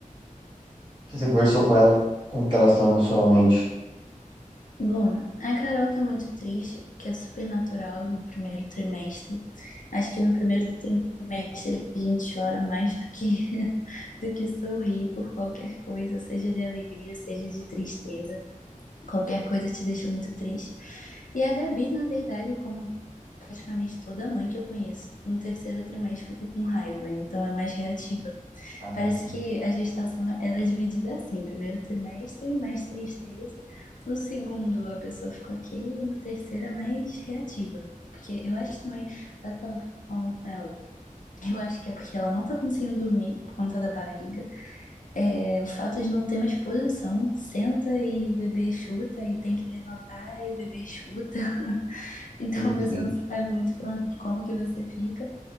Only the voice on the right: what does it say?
que você conversou com ela, como que elas estão emocionalmente?
Ah,
sim,
sim,
sim.